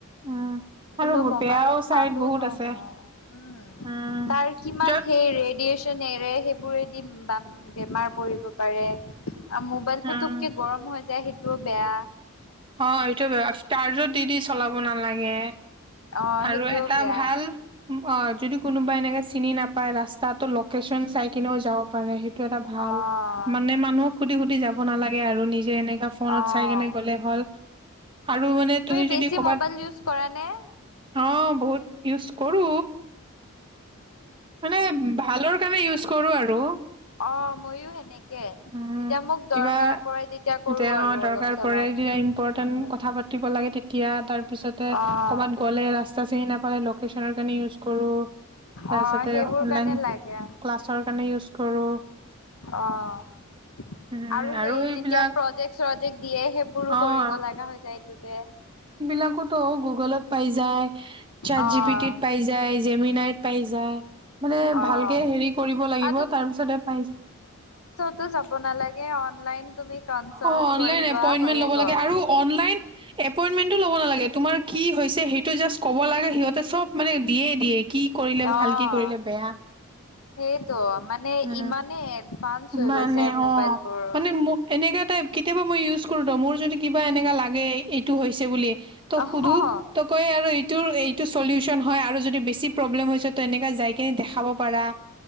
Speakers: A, on the right (about 20°); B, on the left (about 85°).
A: উম
B: কিন্তু
A: আৰু
B: মোবাইল
A: বেয়াও
B: ভালো
A: চাইড বহুত
B: নহয়,
A: আছে
B: উম
A: উম
B: তাৰ কিমান
A: য'ত
B: হে ৰে ৰেডিচন এৰে সেইবোৰেদি বেমাৰ পৰিব পাৰে আৰু মোবাইল
A: উম
B: পুতোকে গৰম হৈ যায় সেইটোও বেয়া
A: অ এইটো <unintelligible> চাৰ্জত দি দি চলাব নালাগে
B: অ',
A: আৰু
B: সেইটোও
A: এটা
B: বেয়া
A: ভাল উম, অ যদি কোনোবা এনেকে চিনি নাপায় ৰাস্তাতো লোকেশ্যন চাই কিনেও যাব পাৰে সেইট এটা ভাল
B: অ'।
A: মানে মানুহক সুধি সুধি যাব নালাগে আৰু নিজে এনেকা ফোনত
B: অ',
A: চাই কেনে গ'লে হ'ল আৰু মানে তুমি
B: বেছি
A: যদি কৰ'বাত
B: মোবাইল ইউজ কৰা নে?
A: অ', বহুত ইউজ কৰো মানে ভালৰ কাৰণে ইউজ কৰো আৰু
B: অ ', ময়ো সেনেক কে
A: উম,
B: যেতিয়া মোক দৰকাৰ
A: কিবা
B: পৰে তেতিয়া কৰো
A: যে অ'
B: আৰু
A: দৰকাৰ
B: অলপ চলপ
A: পৰে কিবা ইম্পৰ্টেণ্ট
B: উম।
A: কথা তেতিয়া, তাৰ পিছতে
B: অ',
A: কবাত গ'লে ৰাস্তা চিনি নাপালে লোকেশ্যনৰ কাৰনে ইউচ কৰো, তাৰপিছত
B: অ' সেইবোৰ
A: অনলাইন
B: কাৰণে লাগে
A: ক্লাছ ৰ কাৰনে ইউজ কৰোঁ।
B: অহ।
A: উম,
B: আৰু সেই
A: এইবিলাক
B: যেতিয়া প্ৰজেক্ট চজেক্ট দিয়ে সেইবোৰো
A: অ'
B: কৰিব লগা হৈ যায় এইটোতে
A: তাকোতো গুগলত পাই যায়চট
B: অ',
A: জি পি টিত পাই যায়, জেমিনাইত পাই যায় মানে
B: অ'।
A: ভালকে হেৰি কৰিব লাগিব
B: আৰু
A: তাৰ পিছতে পাই যায়
B: কতো যাব নালাগে অনলাইন তুমি কনচাল্ট
A: অ', অনলাইন
B: কৰি লোৱা
A: এপইনমেন্ট
B: হৈয়ে
A: ল'ব
B: গ'ল
A: লাগে আৰু অনলাইন এপইনমেন্টতো ল'ব নালাগে তোমাৰ কি হৈছে সেইটো জাষ্ট ক'ব লাগে সিহঁতে চব মানে দিয়ে দিয়ে কি কৰিলে
B: অ'।
A: ভাল কি কৰিলে বেয়া
B: সেইটো মানে
A: উম।
B: ইমানেই এডভান্স হৈ
A: মানে
B: গৈছে মোবাইলবোৰ
A: অ', মানে ম এনেকা টাইপ কেতিয়াবা মই ইউজ কৰো ত মোৰ যদি কিবা এনেকা লাগে এইটো হৈছে বুলি ত
B: অহ।
A: সুধো ত কয় আৰু এইটোৰ এইটো চলিউচন হয়, আৰু যদি বেছি প্ৰব্লেম হৈ তো এনেকা যায় কেনে দেখাব পাৰা,